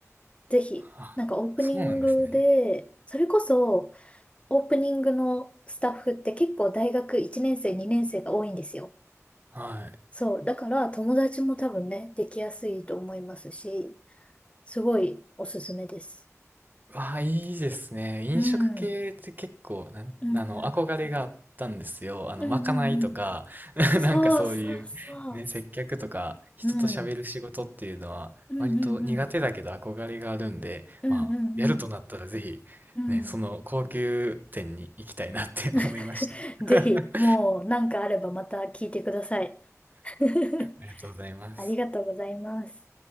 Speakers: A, on the left; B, on the right.
A: う、ぜひ、
B: あ、
A: なんかオープニングで、
B: あ、そうなんですね。
A: それこそオープニングのスタッフって結構大学1年生、2年生が多いんですよ。
B: はい。
A: そう、だから友達も多分ね、できやすいと思いますし、すごいおすすめです。
B: わあ、いいですね。飲食系って結構、
A: うん。
B: なん、
A: うんうん。
B: あの、憧れがあったんですよ。あの、
A: うんうんうん。
B: まかないとか、<laughs>
A: そうそうそう。
B: なんかそういう、ね、接客とか、人と喋る仕事っていうのは、
A: うん。うんうんうん。
B: 割と苦手だけど憧れがあるんで、
A: うんうん
B: まあ、やるとなったらぜひ、
A: うん。うん。
B: ね、その高級店に行きたいなって思いました。
A: <laughs>
B: <laughs>
A: ぜひ、もう何かあればまた聞いてください。<laughs>
B: ありがとうございます。
A: ありがとうございます。